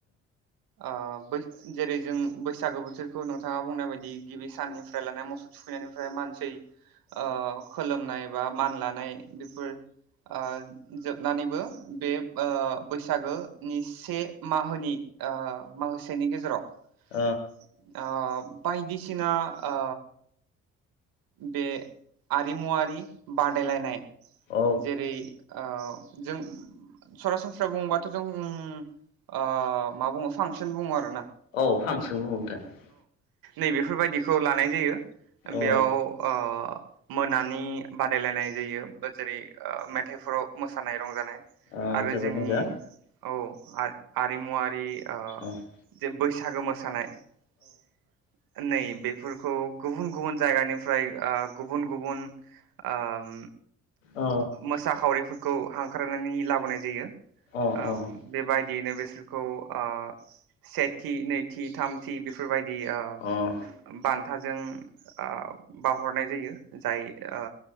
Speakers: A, on the right; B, on the left.
A: ओ बैस जेरै जों बैसागो बोथोरखौ नोंथाङा बुंनाय बायदि गिबि साननिफ्राय लानाय मोसौ थुखैनायनिफ्राय मानसि ओ खोलोमनाय एबा मान लानाय बेफोर ओ जोबनानैबो बे ओ बै सागो नि से माहोनि ओ माहोसेनि गेजेराव ।
B: अ
A: अ बायदिसिना ओ बे आरिमुवारि । बादायलायनाय
B: ओ
A: जेरै ओ जों सरासनस्रा बुङोबाथ' जों ओ मा बुङो फांसन बुङो आरो ना ।
B: औ फांसन बुङो नोंथां ।
A: नैबेफोरबायदिखौ लानाय जायो ।
B: औ
A: बेयाव ओ मोनानि बादायलायनाय जायो बा जेरै ओ मेथाइफोराव मोसानाय रंजानाय
B: अ
A: आरो
B: जोबोद
A: जोंनि
B: मोजां
A: औ आर आरिमुवारि ओ
B: औ ।
A: जे बैसागो मोसानाय । नै बेफोरखौ गुबुन गुबुन जायगानि फ्राय ओ गुबुन गुबुन आम
B: अ
A: मोसाखावरिफोरखौ हांख्रायनानै लाबोनाय जायो
B: अ
A: आम
B: अ उम
A: बेबाय बेनो बेसो खौ आ सेथि नैथि थाम थि बेफोरबाय दि ओ
B: औ औ
A: बान्था जों आ बावहरनाय जायो । जाय ओ